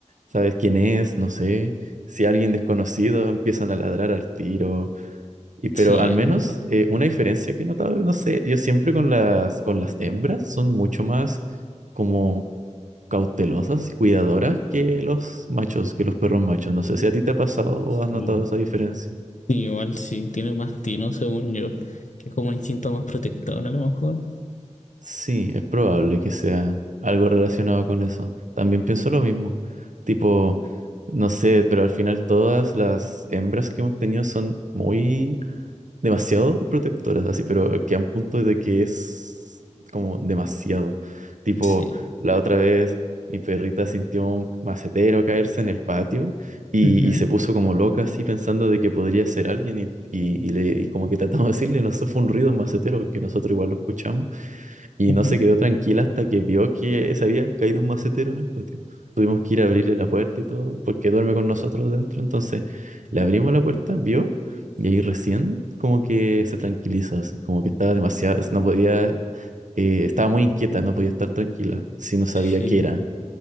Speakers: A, on the right; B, on the left.
A: sabes quién es, no sé. Si alguien desconocido empiezan a ladrar al tiro. Y pero
B: Sí,
A: al
B: es
A: menos
B: verdad.
A: eh, una diferencia que he notado, no sé, yo siempre con las, con las hembras son mucho más como cautelosas y cuidadoras que los machos, que los perros machos. No sé si a ti te ha pasado o has notado
B: Sí.
A: esa diferencia.
B: Sí, igual sí, tiene más tino según yo, que es como un instinto más protector a lo mejor.
A: Sí, es probable que sea algo relacionado con eso. También pienso lo mismo. Tipo, no sé, pero al final todas las hembras que hemos tenido son muy demasiado protectoras, así, pero que a un punto de que es como demasiado. Tipo,
B: Sí.
A: la otra vez mi perrita sintió un macetero caerse en el patio y,
B: Ujú,
A: y se puso como loca así pensando de que podría ser alguien y, y, y le, y como que tratamos de decirle, no sé, fue un ruido, un macetero, que nosotros igual lo escuchamos. Y
B: ujú,
A: no se quedó tranquila hasta que vio que se había caído un macetero en el patio. Tuvimos que ir a abrirle la puerta y todo, porque duerme con nosotros dentro. Entonces le abrimos la puerta, vio, y ahí recién como que se tranquilizó, así, como que estaba demasiado, no podía, eh, estaba muy inquieta, no podía estar tranquila, si no sabía
B: Sí.
A: qué era.